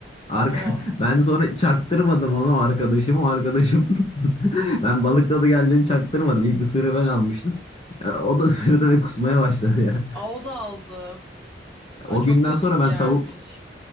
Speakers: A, on the left; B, in the centre.
A: Ar-
B: O.
A: ben sonra çaktırmadım onu arkadaşım. O arkadaşım <laughs> ben balık tadı geldiğini çaktırmadım. İlk ısırığı ben almıştım. E, O da ısırdı ve kusmaya başladı ya.
B: Aa,
A: <laughs>
B: o da aldı. Aa,
A: O
B: çok
A: günden
B: kötü
A: sonra
B: bir
A: ben
B: yermiş.
A: tavuk